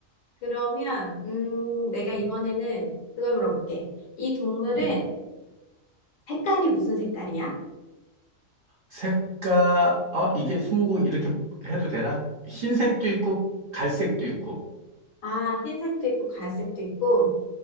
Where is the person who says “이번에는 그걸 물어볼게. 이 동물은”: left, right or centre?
Left